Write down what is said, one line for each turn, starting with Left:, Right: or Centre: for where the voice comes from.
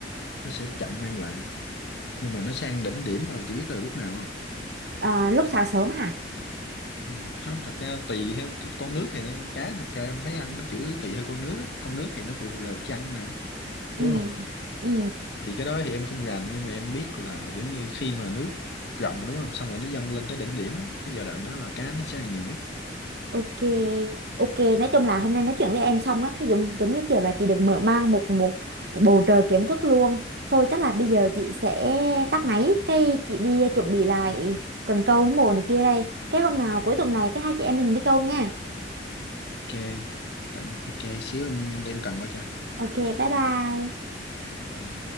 Left: nó sẽ chậm ăn lại nhưng mà nó sang đỉnh điểm là chị biết là lúc nào không
Right: À, lúc sáng sớm hả?
Left: Ừ. không thật ra tùy theo cái con nước thì nó cá thật ra em thấy ăn nó chủ yếu tùy theo con nước á con nước thì nó phụ thuộc vào chăn nè
Right: Ừ.
Left: đúng không
Right: Ừ.
Left: thì cái đó thì em không rành nhưng mà em biết là kiểu như khi mà nước rộng đúng không xong rồi nó dâng lên tới đỉnh điểm á cái giai đoạn đó là cá nó sẽ ăn nhiều nhất
Right: Ok. Ok, nói chung là hôm nay nói chuyện với em xong á, cái giống giống như kiểu là chị được mở mang một một, một bầu trời kiến thức luôn. Thôi chắc là bây giờ chị sẽ tắt máy, cái chị đi chuẩn bị lại cần câu với mồi này kia đây. Cái hôm nào
Left: ok
Right: cuối tuần này cái hai chị em mình đi câu nha.
Left: ok cảm- ok xíu em đem cần qua cho
Right: Ok, bye bye.
Left: Rồi.